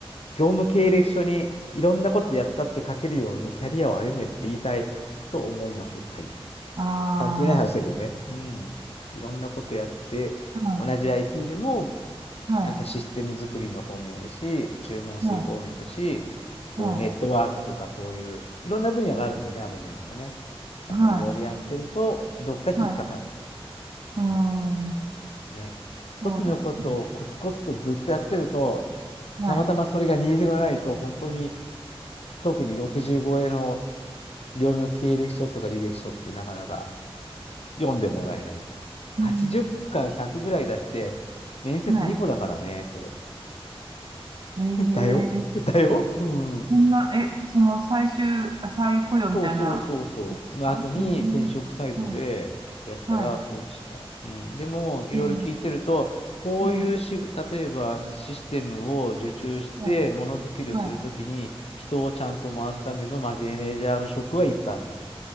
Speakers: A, on the left; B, on the right.
A: 業務経歴書にいろんなことやったって書けるようにキャリアを歩めって言いたいと思います。はい。
B: あ
A: 関係ない話だけどね。
B: あ、
A: うん。いろんなことやって、
B: はい、
A: 同じ IT でも、
B: はい、
A: なんかシステム作りの方もやるし、注文する方もやるし、
B: は
A: こうネットワークとかそういう、
B: い、はい、
A: いろんな分野があるんでね、あの分野もね。だからいろいろやってると、
B: は
A: どっか引っかかる。
B: い、はい、うーん、
A: うん。ね。
B: そうですね。
A: 一つのことをコツコツとずっとやってると、
B: はい。
A: たまたまそれがニーズがないと、本当に、特に65円の業務経歴書とか履歴書ってなかなか読んでもらえない。80か100ぐらい出して、
B: うん、
A: 面接2個だからね、
B: はい。
A: それ。
B: え
A: <laughs> だよだようん。
B: ー、そんな、え、その最終、あ、再雇用みたいな、
A: そうそうそうそう。の後に転職サイトでやったらそうでした。
B: かえー、はい、はい。
A: うん。でも、いろいろ聞いてると、
B: え
A: こういうし例えばシステムを受注して、
B: ー、えー、はい、
A: ものづくりをするときに、
B: はい。
A: 人をちゃんと回すためのマネージャーの職はいっぱいありました。